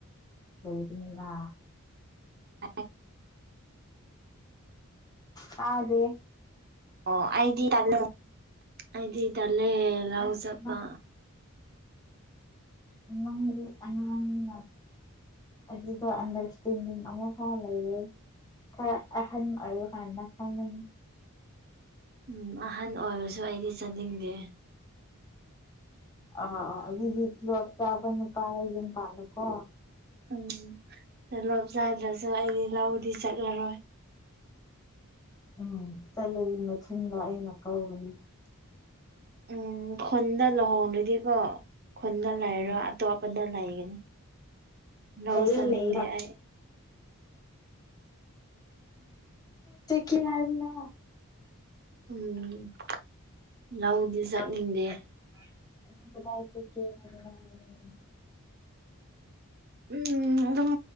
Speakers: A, on the left (about 15°); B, on the right (about 45°).
A: ꯂꯩꯕꯤꯡꯂꯥ
B: <unintelligible>
A: ꯇꯥꯗꯦ
B: ꯑꯣ ꯑꯩꯗꯤ ꯇꯜꯂꯦ ꯑꯩꯗꯤ ꯇꯜꯂꯦ ꯂꯧ
A: ꯑꯁ
B: ꯆꯠꯄ
A: ꯅꯪ ꯅꯪꯗꯤ ꯑꯉꯥꯡꯅꯤꯅꯥ ꯑꯗꯨꯒ ꯑꯟꯗ꯭ꯔꯁꯇꯦꯟꯗꯤꯡ ꯑꯃ ꯐꯥꯎ ꯂꯩꯔꯣꯢ ꯈꯔ ꯑꯍꯟ ꯑꯣꯢꯕ ꯀꯥꯟꯗ ꯈꯪꯉꯅꯤ
B: ꯎꯝ ꯑꯍꯟ ꯑꯣꯏꯔꯁꯨ ꯑꯩꯗꯤ ꯆꯠꯅꯤꯡꯗꯦ
A: ꯑ ꯑꯗꯨꯗꯤ ꯇꯣꯂꯣꯞ ꯆꯥꯕ ꯅꯨꯄꯥꯗ ꯌꯨꯝ ꯄꯥꯜꯂꯨꯀꯣ
B: ꯎꯝ ꯇꯣꯂꯣꯞ ꯆꯥꯗ꯭ꯔꯁꯨ ꯑꯩꯗꯤ ꯂꯧꯗꯤ ꯆꯠꯂꯔꯣꯏ
A: ꯎꯝ ꯆꯠꯂꯗꯤ ꯃꯊꯨꯟꯗ ꯑꯩꯅ ꯀꯧꯒꯅꯤ
B: ꯎꯝ ꯈꯨꯟꯗ ꯂꯨꯍꯣꯡꯂꯗꯤꯀꯣ ꯈꯨꯟꯗ ꯂꯩꯔꯣꯢ
A: ꯎꯝ
B: ꯑꯇꯣꯞꯄꯗ ꯂꯩꯒꯅꯤ ꯂꯧ
A: ꯂꯩꯔꯣ
B: ꯆꯠꯅꯤꯡꯗꯦ
A: ꯂꯩꯌꯣ
B: ꯑꯩ
A: ꯆꯠꯀꯦ ꯍꯥꯏꯌꯨꯅ
B: ꯎꯝ ꯂꯧꯗꯤ ꯆꯠꯅꯤꯡꯗꯦ
A: ꯂꯧ ꯆꯠꯅꯤꯡꯉꯦ ꯑꯗꯨ ꯀꯗꯥꯢ ꯆꯠꯀꯦ ꯍꯥꯢꯕꯅꯣ ꯍꯥꯢꯕꯅꯤ
B: ꯎꯝ ꯑꯗꯨꯝ